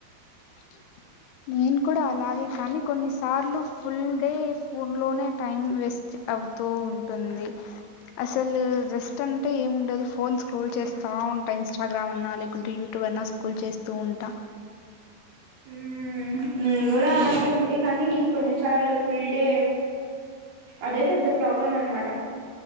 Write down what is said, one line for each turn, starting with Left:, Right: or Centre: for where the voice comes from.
Left: డోర్ సౌండ్ నేను కూడా అలాగే కానీ కొన్నిసార్లు ఫుల్ డే ఫోన్ లోనే టైం వేస్ట్ అవుతూ ఉంటుంది అసలు రెస్ట్ అంటే ఏండదు ఫోన్ స్క్రోల్ చేస్తా ఉంటా ఇంస్టాగ్రామ్ అన్నా లేకుంటే యూట్యూబ్ అన్నా స్క్రోల్ చేస్తూ ఉంటా
Right: ఉ నేను కూడా అలాగే ఉంటే కానీ కొన్నిసార్లు ఫుల్ డే అదే పెద్ద ప్రాబ్లం అనమాట